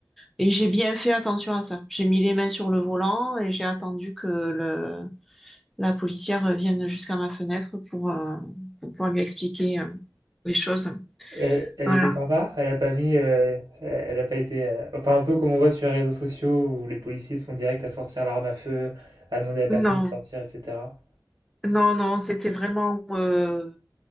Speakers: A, in the centre; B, on the right.
A: et j'ai bien fait attention à ça. J'ai mis les mains sur le volant et j'ai attendu que le, la policière vienne jusqu'à ma fenêtre pour, euh, pour pouvoir lui expliquer euh, les choses.
B: Elle, elle
A: Voilà.
B: était sympa, elle a pas mis, euh, elle a pas été, euh, enfin un peu comme on voit sur les réseaux sociaux où les policiers sont directs à sortir l'arme à feu, à demander à la personne
A: Non,
B: de sortir, etc.
A: non, non, c'était vraiment. euh,